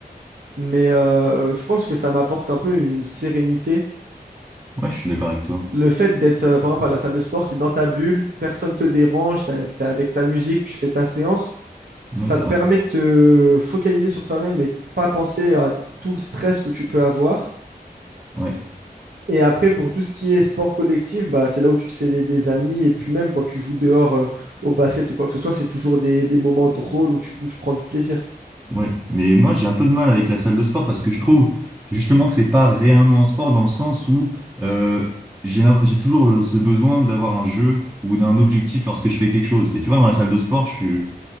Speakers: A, on the right; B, on the right.
A: Mais euh, je pense que ça m'apporte un peu une sérénité.
B: Ouais, je suis d'accord avec toi.
A: Le fait d'être, euh, par exemple, à la salle de sport, tu es dans ta bulle, personne te dérange, tu es avec ta musique, tu fais ta séance. Ça
B: Ouais, c'est
A: te
B: vrai.
A: permet de te focaliser sur toi-même et de pas penser à tout le stress que tu peux avoir.
B: Ouais.
A: Et après, pour tout ce qui est sport collectif, bah, c'est là où tu te fais des, des amis. Et puis même quand tu joues dehors, euh, au basket ou quoi que ce soit, c'est toujours des, des moments drôles où tu, où tu prends du plaisir.
B: Ouais, mais moi j'ai un peu de mal avec la salle de sport parce que je trouve justement que c'est pas réellement un sport dans le sens où euh, j'ai l'im- j'ai toujours euh, ce besoin d'avoir un jeu ou d'un objectif lorsque je fais quelque chose. Et tu vois, dans la salle de sport, je suis